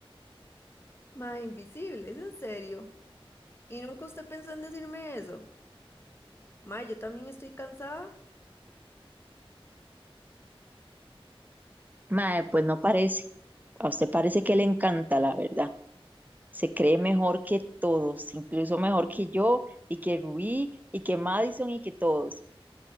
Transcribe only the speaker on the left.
Ma, invisible, es en serio. Y nunca usted pensó en decirme eso. Ma, yo también estoy cansada.